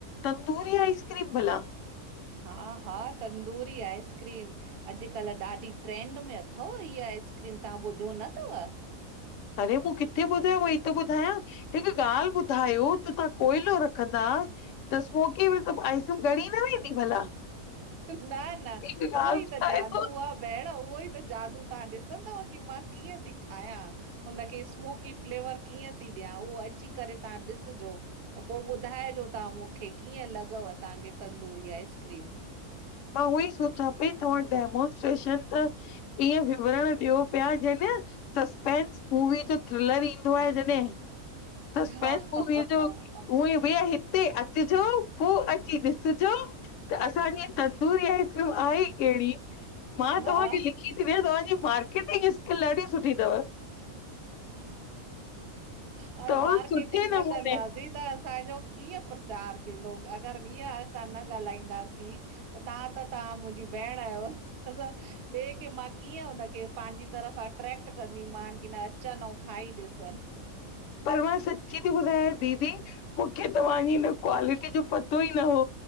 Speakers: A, on the left; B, on the right.
A: तंदूरी आइस्क्रीम भला।
B: हा हा तंदूरी आइस्क्रीम। अॼुकल्ह ॾाढी ट्रैंड में अथव इीअ आइस्क्रीम तव्हां ॿुधियो न अथव?
A: अरे मूं किथे ॿुधयो व ई थो ॿुधायां। हिकु ॻाल्हि ॿुधायो जो तव्हां कोयलो रखंदा त स्मोकींग में त आइस ॻरी न वेंदी भला
B: न न
A: हिकु
B: उहो
A: ॻाल्हि
B: ई
A: ॿुधायो
B: त जादू आहे भेण उहो ई त जादू तव्हां ॾिसंदव की मां कीअं थी ठाहियां। हुनखे स्मोकी फ्लेवर कीअं थी ॾियां उहो अची करे तव्हां ॾिसिजो। पोइ ॿुधाइजो तव्हां मूंखे कीअं लॻव तव्हांखे तंदूरी आइस्क्रीम?
A: मां उहो ई सोचियां पई तव्हां डेमोनस्ट्रेशन त ईअं विवरण ॾियो पिया जॼनि सस्पेंस मूवी जो थ्रिलर ईंदो आहे जॾहिं। <unintelligible>
B: हा हा हा
A: भैया हिते अचजो पो अची ॾिसजो त असांजी तंदूरी आइस्क्रीम आहे केहड़ी मां तव्हांखे
B: हा
A: लिखी थी ॾिया तव्हांजी मार्केटिंग स्किल ॾाढी सुठी तव।
B: हाणें
A: तव्हां
B: मार्केटिंग
A: सुठे नमूने
B: न कंदासे त असांजो कीअं प्रचार थींदो। अगर इहा असां न ॻाल्हाईंदासीं त तव्हां त तव्हां मुंहिंजी भेंण आहयो ॿॿेए खे मां कीअं हुनखे पांजी तरफ़ अट्रेक्ट कंदीमान की न अचन अंऊ खाई ॾिसन।
A: पर मां सच्ची ती ॿुधायांव दीदी मूंखे तव्हांजी हिन क्वालिटी जो पतो ई न हो